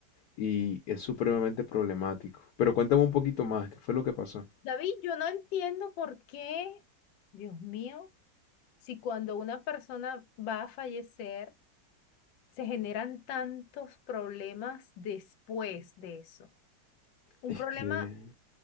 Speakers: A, on the left; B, on the left.
A: Y es supremamente problemático. Pero cuéntame un poquito más, ¿qué fue lo que pasó?
B: David, yo no entiendo por qué, Dios mío, si cuando una persona va a fallecer, se generan tantos problemas después de eso. Un
A: Es
B: problema,
A: que